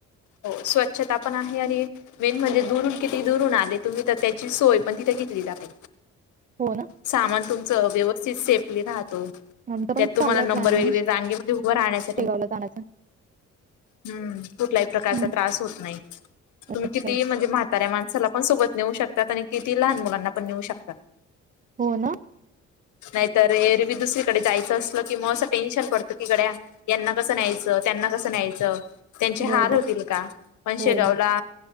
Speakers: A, on the left; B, on the right.
A: हो. स्वच्छता पण आहे आणि मेन म्हणजे, दुरून किती दुरून आले तुम्ही. तर त्याची सोय पण तिथे घेतली जाते.
B: हो, ना.
A: सामान तुमचं, व्यवस्थित सेफली राहतो.
B: आमचं पण
A: त्यात तुम्हाला
B: चाललंय
A: नंबर
B: प्लॅनिंग
A: वगैरे, रांगे त उभं राहण्यासाठी.
B: शेगावला जाण्याचं
A: हम्म. कुठल्याही प्रकारचा
B: हम्म.
A: त्रास होत नाही. तुम्ही
B: अच्छा
A: किती म्हणजे, म्हाताऱ्या माणसाला पण सोबत नेऊ शकतात आणि किती लहान मुलांना पण नेऊ शकतात.
B: हो, ना.
A: नाहीतर, एरवी दुसरीकडे जायचं असलं, कि मग असं टेन्शन पड तं की गड्या, यांना कसं न्यायचं. त्यांना कसं न्यायचं. त्यांचे
B: बरोबर
A: हाल होतील का? पण
B: हो
A: शेगावला,